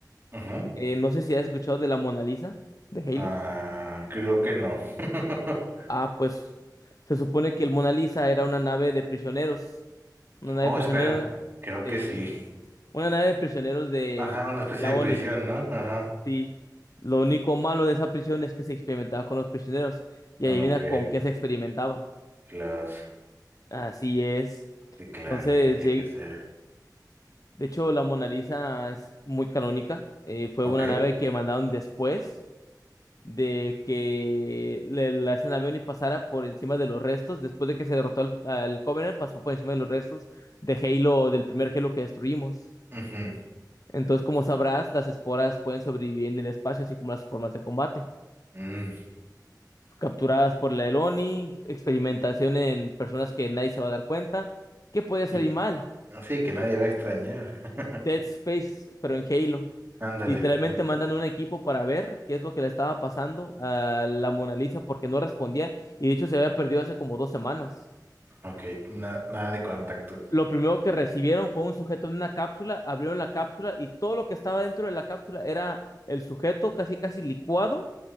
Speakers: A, on the right; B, on the left.
A: Ujú.
B: eh, no sé si has escuchado de la Mona Lisa de Halo.
A: Ah, creo que no. <laughs>
B: Ah, pues se supone que el Mona Lisa era una nave de prisioneros. Una nave
A: Oh,
B: de prisioneros
A: espera, creo que
B: de,
A: sí.
B: Una nave de prisioneros de,
A: Ajá, una especie
B: de la
A: de
B: ONI,
A: prisión, ¿no? Ajá.
B: sí. Lo único malo de esa prisión es que se experimentaba con los prisioneros. Y
A: Ok.
B: adivina con qué se experimentaba.
A: Claro,
B: Así es.
A: sí, claro,
B: Entonces,
A: tenía
B: lleg-
A: que ser.
B: de hecho, la Mona Lisa es muy canónica. Eh, fue
A: Ok.
B: una nave que mandaron después de que le- la esa nave ONI pasara por encima de los restos. Después de que se derrotó al, al Covenant, pasó por encima de los restos de Halo, del primer Halo que destruimos.
A: Ujú.
B: Entonces, como sabrás, las esporas pueden sobrevivir en el espacio, así como las formas de combate.
A: Mm,
B: Capturadas por la Eloni, experimentación en personas que nadie se va a dar cuenta. ¿Qué puede hacer
A: Y
B: y
A: que-
B: mal?
A: así que nadie va a extrañar.
B: Dead
A: <laughs>
B: Space, pero en Halo.
A: Ándale.
B: Literalmente
A: sup-
B: mandan un equipo para ver qué es lo que le estaba pasando a la Mona Lisa porque no respondía y de hecho se había perdido hace como dos semanas.
A: Ok, na- nada de contactos,
B: Lo primero que recibieron fue un sujeto en una cápsula, abrieron la cápsula y todo lo que estaba dentro de la cápsula era el sujeto casi casi licuado